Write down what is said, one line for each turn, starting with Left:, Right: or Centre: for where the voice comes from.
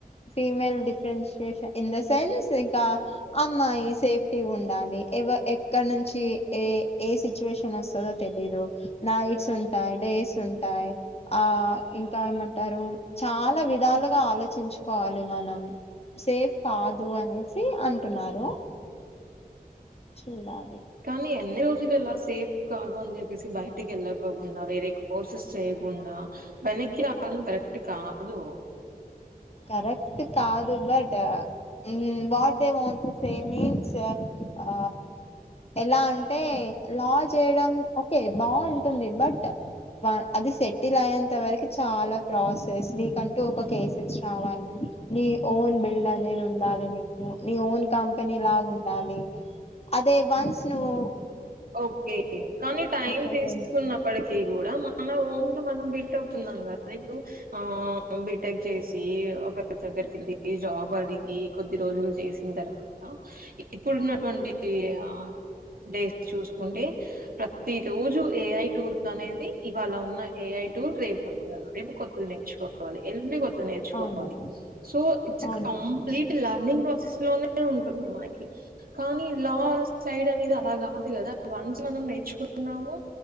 Left: female differentiation in the sense ఇంకా అమ్మాయి సేఫ్టీ ఉండాలి ఎవ ఎక్కడ నుంచి ఏ ఏ సిచ్యుయేషన్ వస్తదో తెలీదు నైట్స్ ఉంటాయి డేస్ ఉంటాయి ఆ ఇంకా ఏమంటారు చాలా విధాలుగా ఆలోచించుకోవాలి మనం సేఫ్ కాదు అనేసి అంటున్నారు. చూడాలి
Right: కానీ ఎన్ని రోజు రజలు ఎలా సేఫ్ కాదు అని చెప్పేసి బయటికి వెళ్ళకోకుండా వేరే కోర్సెస్ చేయకుండా వెనక్కి రావడం కరెక్ట్ కాదు
Left: కరెక్ట్ కాదు బట్ మ్మ్ what they want same means ఆ ఎలా టే లా చేయడం ఒక్కటే టే బాగుంటుంది బట్ అది సెటిల్ అయ్యేంత వరకు చాలా ప్రాసెస్కంట టు కో కేసెస్ కావాలి నీ ఓన్ బిల్డ్ అనేది ఉండాలి నీకు నీ ఓన్ కంపెనీ లాగా ఉండాలి అదే వన్స్ నువ్
Right: ఓకే కానీ టైం
Left: లోకి
Right: తీసుకున్నప్పటికి
Left: వెళ్ళి
Right: కూడా మన ఓన్ మనం బిల్ట్ అవుతున్నాం కదా ఇప్పుడు ఆ బిటెక్ చేసి ఒకరి దగ్గరిక వెళ్ళి జాబ్ అడిగి కొద్ది రోజులు చేసిన తర్వాత ఇప్పుడున్నటువంటి ఆ డే చూసుకుంటే ప్రతి రోజు ఏఐ టూల్ అనేది ఇవ్వాళ ఉన్న ఏఐ టూల్ రేప్ రేపు కొద్దిగ నేర్చుకోవాలి ఎల్లుండి కో నేర్చుకోవాలి
Left: అవును
Right: సో ఇట్స్
Left: అవును
Right: కంప్లీట్
Left: మ్యామ్
Right: లర్నింగ్ ప్రాసెస్ లోనే ఉంటుంది మనకి కానీ లాస్ సైడ్ అనేది అలాకద్ కదా వన్స్ మనం నేర్చుకున్నాము